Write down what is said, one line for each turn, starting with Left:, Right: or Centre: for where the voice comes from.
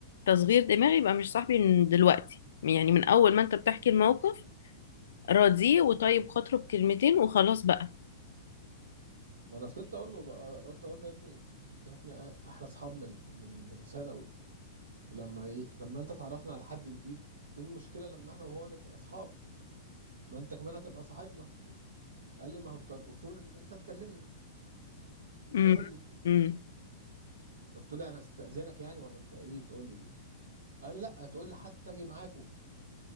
Left: تصغير دماغي يبقى مش صاحبي من دلوقتي يعني من اول ما انت بتحكي الموقف راضيه وطيب خاطره بكلمتين وخلاص بقى
Right: ما انا فضلت اقول له بقى قلت اقول له يا ابني يا ابني احنا اصحاب من من من ثانوي لما ايه لما انت تعرفنا على حد جديد ايه المشكله لما احنا وهو نبقى اصحاب ما انت كمان هتبقى صاحبنا قال لي ما هو انت الاصول ان انت تكلمني
Left: امم
Right: تقول لي
Left: امم
Right: قلت له انا استاذنك يعني ولا انت ايه تقول لي دي قال لي لا تقول لي حتى اجي معاكو